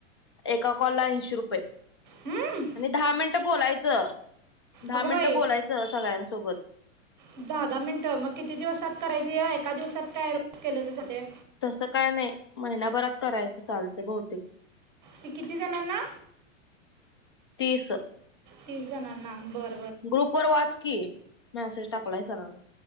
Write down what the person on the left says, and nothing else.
एका कॉलला ऐंशी रुपये
आणि दहा मिनट बोलायच <unintelligible> दहा
मिनटं बोलायचं सगळ्यांना सोबत
तसं काय नाही महिनाभरात करायचं चालतंय बहुतेक
तीस.
ग्रुप वर वाच की मॅसेज टाकला आहे सरांन